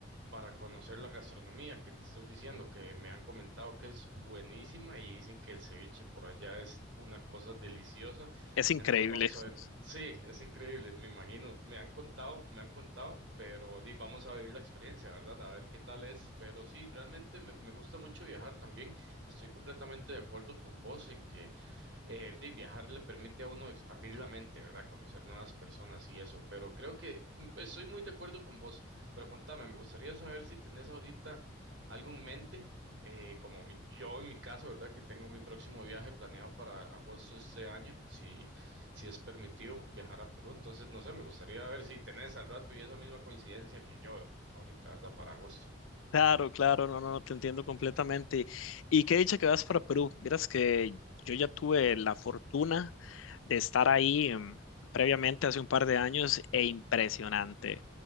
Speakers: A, on the right; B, on the left.
A: para conocer la gastronomía que te estoy diciendo, que me han comentado que es buenísima y dicen que el ceviche por allá es una cosa deliciosa.
B: Es increíble.
A: Entonces vamos
B: <laughs>
A: a ver. Sí, es increíble, me imagino. Me han contado, me han contado, pero di, vamos a vivir la experiencia, ¿verdad? A ver qué tal es. Pero sí, realmente me, me gusta mucho viajar también. Estoy completamente de acuerdo con vos en que eh, de viajar le permite a uno expandir la mente, ¿verdad? Conocer nuevas personas y eso, pero creo que mm, pues, estoy muy de acuerdo con vos, pero contame, me gustaría saber si tenés ahorita algo en mente, eh, como mi- yo en mi caso, ¿verdad? Que tengo mi próximo viaje planeado para agosto de este año, si, si es permitido viajar a Perú, entonces no sé, me gustaría ver si tenés al rato y esa misma coincidencia que yo ahorita, ¿verdad? Para agosto.
B: Claro, claro, no, no, no, te entiendo completamente. Y qué dicha que vas para Perú. Vieras que yo ya tuve la fortuna de estar ahí em, previamente hace un par de años e impresionante.